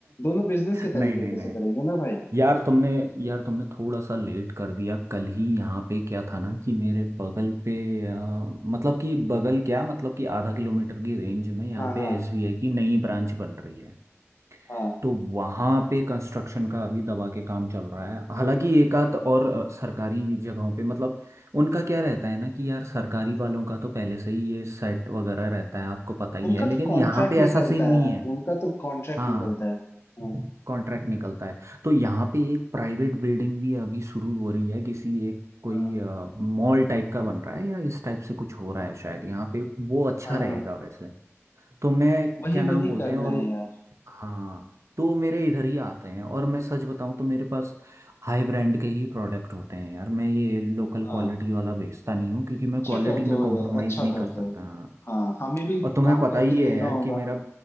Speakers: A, on the left (about 55°); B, on the right (about 70°).
A: दोनों बिजनेस के
B: नहीं
A: तरीके
B: नहीं
A: कैसे
B: नहीं
A: करेंगे ना भाई
B: यार तुमने यार तुमने थोड़ा सा लेट कर दिया कल ही यहाँ पे क्या था ना कि मेरे बगल पे आ, मतलब कि बगल क्या मतलब कि आधा किलोमीटर की रेंज में यहाँ
A: हाँ
B: पे
A: हाँ
B: एसबीआई की नई ब्रांच बन रही है
A: हाँ
B: तो वहाँ पे कंस्ट्रक्शन का अभी दबा के काम चल रहा है हालांकि एक आध और अ, सरकारी जगहों पे मतलब उनका क्या रहता है ना कि यार सरकारी वालों का तो पहले से ही ये सेट वगैरह रहता है आपको पता ही
A: उनका
B: है लेकिन
A: तो कॉन्ट्रैक्ट
B: यहाँ पे
A: निकलता
B: ऐसा सीन नहीं
A: है
B: है
A: उनका तो कॉन्ट्रैक्ट
B: हाँ
A: निकलता है हाँ
B: कॉन्ट्रैक्ट निकलता है तो यहाँ पे एक प्राइवेट बिल्डिंग भी अभी शुरू हो रही है किसी एक कोई
A: हाँ
B: मॉल टाइप का बन रहा है या इस टाइप से कुछ हो रहा है शायद यहाँ पे वो अच्छा
A: हाँ
B: रहेगा
A: हाँ
B: वैसे तो मैं
A: वही
B: क्या नाम
A: वही
B: बोलते
A: करना
B: हैं और
A: है यार
B: हाँ तो मेरे इधर ही आते हैं और मैं सच बताऊं तो मेरे पास हाई ब्रांड के ही प्रोडक्ट होते हैं यार मैं ये लोकल
A: हाँ
B: क्वालिटी वाला बेचता नहीं हूँ क्योंकि मैं
A: अच्छे
B: क्वालिटी
A: करते
B: में
A: हो
B: कॉम्प्रोमाइज़
A: यार अच्छा
B: नहीं
A: करते
B: कर सकता
A: हो
B: हाँ
A: हाँ हमें भी
B: और तुम्हें
A: काम
B: पता
A: करके
B: ही है
A: देना
B: यार
A: होगा
B: कि मेरा